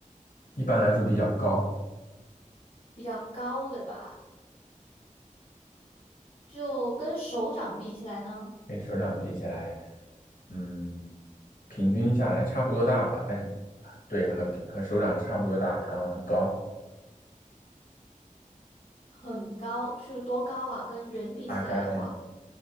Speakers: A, on the left; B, on the left.
A: 一般来说比较高，
B: 比较高，对吧？就跟手掌比起来呢，
A: 跟手掌比起来，嗯，平均下来差不多大吧，但是对，和比和手掌差不多大，然后很高，
B: 很高，是多高啊？跟人比起来的话，
A: 大概